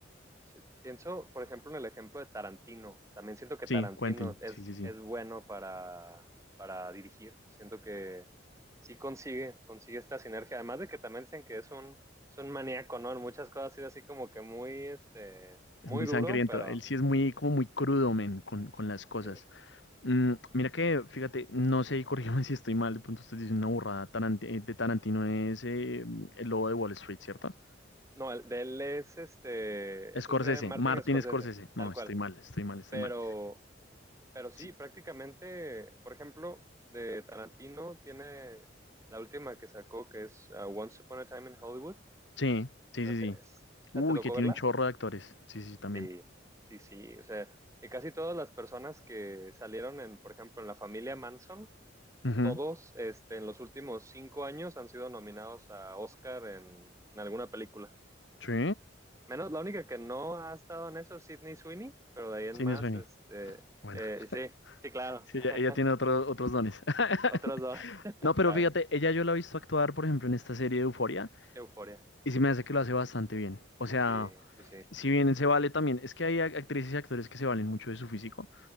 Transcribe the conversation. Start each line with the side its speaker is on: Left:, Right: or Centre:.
Right: Sí, Pienso, por ejemplo, en el ejemplo de Tarantino. También siento que
Left: Sí,
Right: Tarantino
Left: Quentin,
Right: es,
Left: sí, sí, sí.
Right: es bueno para, para dirigir. Siento que sí consigue, consigue esta sinergia. Además de que también dicen que es un, es un maníaco, ¿no? En muchas cosas es así como que muy, este,
Left: Es
Right: muy
Left: muy
Right: duro,
Left: sangriento.
Right: pero
Left: Él sí es muy, como muy crudo, men, con, con las cosas.
Right: sí.
Left: Mm, mira que, fíjate, no sé, y corrígeme <laughs> si estoy mal, de pronto usted dice una burrada, Tarant- eh, de Tarantino es eh, el lobo de Wall Street, ¿cierto?
Right: No, el de él es, este,
Left: Scorsese,
Right: ese es de Martin
Left: Martin
Right: Scorsese,
Left: Scorsese. No,
Right: tal
Left: estoy
Right: cual.
Left: mal, estoy mal, estoy
Right: Pero
Left: mal.
Right: Pero sí,
Left: Sí,
Right: prácticamente, por ejemplo, de Tarantino tiene la última que sacó, que es uh, Once Upon a Time in Hollywood.
Left: sí, sí,
Right: O
Left: sí.
Right: sea,
Left: sí.
Right: es-
Left: Uy,
Right: ¿ya ¿te tocó
Left: que tiene
Right: verla?
Left: un chorro de actores. Sí, sí, sí, también.
Right: Sí, sí, sí. O sea, que casi todas las personas que salieron en, por ejemplo, en la familia Manson,
Left: Ujú.
Right: todos, este, en los últimos cinco años han sido nominados a Oscar en, en alguna película.
Left: Sí,
Right: Menos la única que no ha estado en eso es Sydney Sweeney, pero de ahí en
Left: sí,
Right: más,
Left: me suena.
Right: este,
Left: Bueno,
Right: eh, sí, sí,
Left: <laughs>
Right: claro.
Left: sí,
Right: <laughs>
Left: ella, ella tiene otros otros dones. <laughs>
Right: Otros dos, <laughs>
Left: No, pero
Right: claro.
Left: fíjate, ella yo la he visto actuar, por ejemplo, en esta serie de Euforia.
Right: Euforia.
Left: Y se me hace que lo hace bastante bien. O sea,
Right: Sí, sí, sí,
Left: si bien se vale también, es que hay ac- actrices y actores que se valen mucho de su físico,